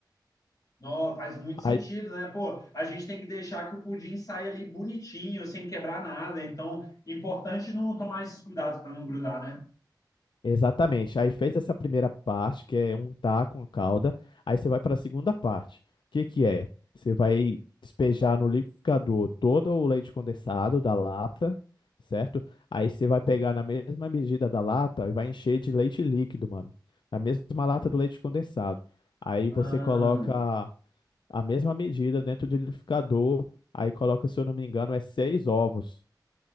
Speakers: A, on the left (about 50°); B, on the left (about 80°).
A: Não, faz muito sentido,
B: Aí
A: né? Pô, a gente tem que deixar que o pudim saia ali bonitinho, sem quebrar nada. Então, importante não tomar esses cuidados para não grudar, né?
B: Exatamente. Aí fez essa primeira parte, que é untar com a calda. Aí você vai para a segunda parte. O que que é? Você vai despejar no liquidificador todo o leite condensado da lata, certo? Aí você vai pegar na mesma medida da lata e vai encher de leite líquido, mano. Na mesma lata do leite condensado. Aí
A: Ah,
B: você coloca a mesma medida dentro do liquidificador. Aí coloca, se eu não me engano, é seis ovos.